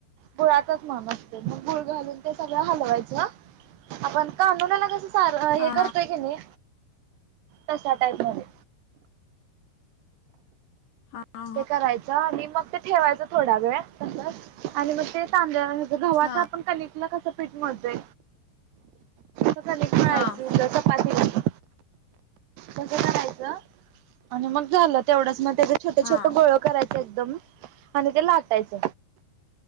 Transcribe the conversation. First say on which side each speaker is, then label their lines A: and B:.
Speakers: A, on the right; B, on the left.
A: गुळातच म्हन असते. मग गुळ घालून ते सगळ हलवायचे. आपण कानोल्याला कस सार हे
B: हा
A: करतोय की नाही तशा टाईप मध्ये.
B: हा हा
A: ते करायच आणि मग ते ठेवायच थोडा वेळ तसच. आणि मग ते तांदळ आणि गव्हाच
B: हा
A: आपण कनिकला कस पीठ मिळतोय कणिक मळायची
B: हा
A: चपातीला. तस करायच आणि मग झाल. तेवढच मग त्याचे छोटे
B: हा
A: छोटे गोळ करायच एकदम न आणि ते लाटायच.